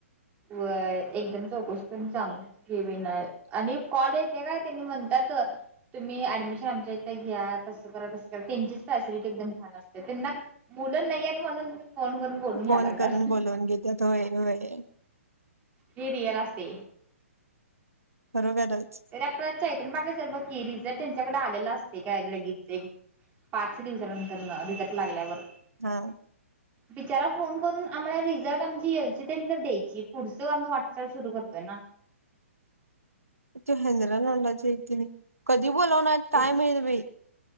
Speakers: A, on the right (about 20°); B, on the right (about 80°).
A: वय एकदम चौकशी करून चांगलं घेवी नाय आणि कॉलेज आहे काय त्यांनी म्हणतात तुम्ही ऍडमिशन आमच्या इथ घ्या तसं करा तसं करा त्यांचीच फॅसिलिटि बन व्हायला असते त्यांना मुलं नाही म्हणून. फोन करून बोलून घ्यायला
B: फोन
A: लागलात
B: करून बोलवून घेतात होय वय.
A: हे रिअल असते.
B: खरोखरच
A: तर आपल चेतन पाटील सर बघ की रिझल्ट त्यांच्याकडे आलेला असते काय लगेच एक पाच दिवसानंतर रिझल्ट लागल्यावर.
B: हा.
A: बिचारा फोन करून आम्हाला रिझल्ट आमची यायची त्या नंतर द्यायची पुढचं आम्ही वाटचाल सुरू करतो ना.
B: त्यांनी हिंद्रा तोंडाची आहेत किनय कधी बोलवणार काय
A: तेच
B: माहित बई.